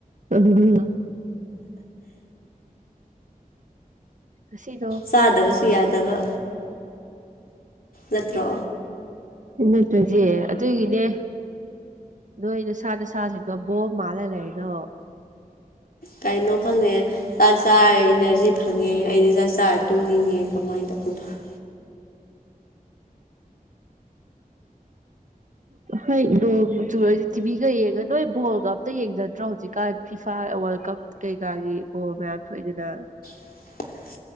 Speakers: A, on the right (about 60°); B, on the left (about 80°).
A: ꯎꯝ ꯉꯁꯤꯅꯣ
B: ꯆꯥꯗꯕꯁꯨ ꯌꯥꯗꯕ ꯅꯠꯇ
A: ꯅꯠꯇ꯭ꯔꯁꯦ ꯑꯗꯨꯒꯤꯅꯦ ꯂꯣꯏꯗ ꯁꯥꯅꯦꯦ ꯁꯥ ꯁꯤꯇ ꯣ ꯃꯥꯂ ꯂꯩꯩꯅꯣ
B: ꯀꯩꯅꯣ ꯈꯪꯗꯦ ꯆꯥꯛ ꯆꯥꯔ ꯏꯅꯔꯖꯤ ꯐꯪꯉꯦ ꯑꯩꯗꯤ ꯆꯥꯛ ꯆꯥꯔ ꯇꯝꯅꯤꯡꯉꯦ ꯀꯃꯥꯏꯅ ꯇꯧꯧꯕꯅꯣ
A: ꯍꯩ ꯅꯨꯔꯗꯤ ꯇꯤꯚꯤꯒ ꯌꯦꯡꯉ ꯅꯣꯏ ꯕꯣꯜꯒ ꯑꯝꯇ ꯌꯦꯡꯖꯗ꯭ꯔꯣ ꯍꯧꯖꯤꯛꯀꯥꯟ ꯐꯤꯐꯥ ꯋꯥꯔꯜ ꯀꯞ ꯀꯩꯀꯥꯒꯤ ꯕꯣꯜ ꯃꯌꯥꯝ ꯊꯣꯛꯏꯗꯅ
B: <unintelligible>